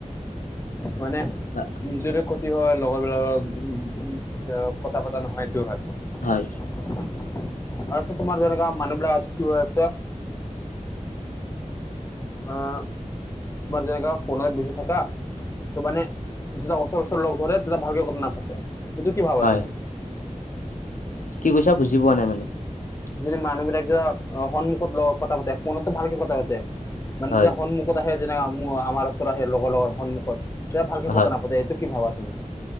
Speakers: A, on the left (about 20°); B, on the left (about 85°).
A: মানে,
B: না।
A: নিজৰে ক্ষতি হয় লগৰবিলাকৰ উ কথা পতা নহয়টো হাত-
B: হয়।
A: আৰুটো তোমাৰ যেনেকা মানুহ বিলাক আজি কি হৈ আছে। আহ তোমাৰ যেনেকা ফোনত বিজি থাকা ত মানে- যেতিয়া ওচৰ ওচৰ লগ ধৰে তেতিয়া ভালকে কথা নাপাতে এইটো কি ভাবা
B: হয়
A: তুমি?
B: কি কৈছা? বুজি পোৱা নাই মানে।
A: যেনে মানুহবিলাক যে সন্মুখত ল কথা পাতে ফোনতো ভালকে কথা পাতে মানে
B: হয়
A: যেতিয়া সন্মুখ- খত আহে যেনে, আমো আমাৰ ওচৰত আহে লগৰ লগৰ সন্মুখত তে ভালকে কথা
B: হয়
A: নাপাতে এইটো কি ভাবা তুমি?